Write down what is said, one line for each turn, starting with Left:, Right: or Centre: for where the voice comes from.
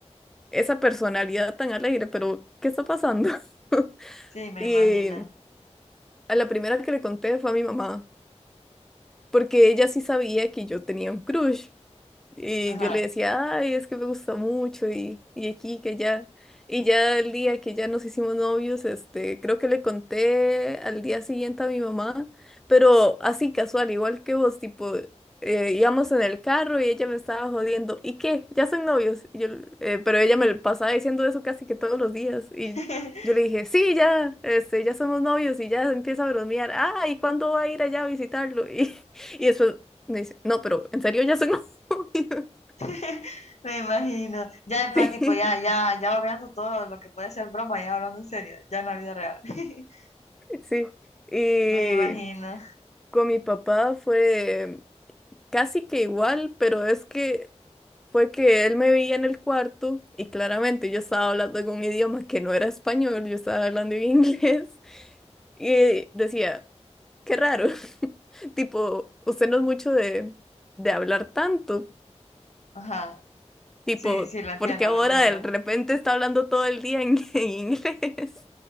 Centre: esa personalidad tan alegre, pero ¿qué está pasando? <laughs>
Left: Sí, me
Centre: Y
Left: imagino.
Centre: a la primera que le conté fue a mi mamá, porque ella sí sabía que yo tenía un crush. Y
Left: Ajá.
Centre: yo le decía, ay, es que me gusta mucho y, y aquí, que allá. Y ya el día que ya nos hicimos novios, este, creo que le conté al día siguiente a mi mamá, pero así casual, igual que vos, tipo, eh, íbamos en el carro y ella me estaba jodiendo, ¿y qué? ¿Ya son novios? Y yo, eh, pero ella me lo pasaba diciendo eso casi que todos los días. Y
Left: <laughs>
Centre: yo le dije, sí, ya, este, ya somos novios y ya empieza a bromear, ah, ¿y cuándo va a ir allá a visitarlo? <laughs> Y, y después me dice, no, pero en serio ya son <laughs>
Left: <laughs> Me imagino. Ya en plan,
Centre: Sí,
Left: tipo, ya, ya, ya obviando todo lo que puede ser broma, ya hablando en serio, ya en la vida real. <laughs>
Centre: sí. Y
Left: Me imagino.
Centre: con mi papá fue casi que igual, pero es que fue que él me veía en el cuarto y claramente yo estaba hablando en un idioma que no era español, yo estaba hablando en <laughs> inglés y decía, qué raro, <laughs> tipo, usted no es mucho de, de hablar tanto,
Left: Ajá.
Centre: tipo,
Left: Sí, sí, lo entiendo,
Centre: porque ahora
Left: lo entiendo.
Centre: de repente está hablando todo el día en, <laughs> en inglés?